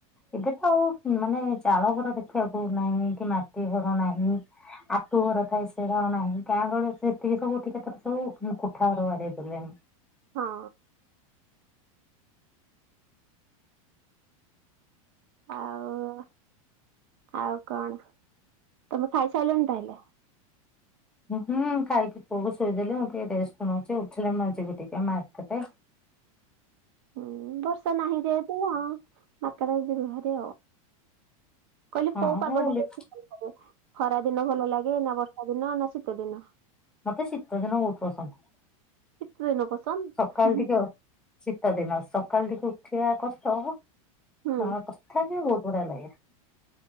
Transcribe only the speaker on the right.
ହଁ। ଆଉ ଆଉ କଣ ତମେ ଖାଇସାଇଳନି ତାହେଲେ?
ହୁଁ ବର୍ଷା ନାହିଁ ଯେହେତୁ ଆଁ <unintelligible> ରୁହରେ। କହିଲି
କୋଉ ପାଗଟା
ବେଶି ଭଲ ଲାଗେ ଖରା ଦିନ ଭଲ ଲାଗେ ନା ବର୍ଷା ଦି ନ ନା ଶୀତ ଦିନ।
<unintelligible>
ହୁଁ
ହୁଁ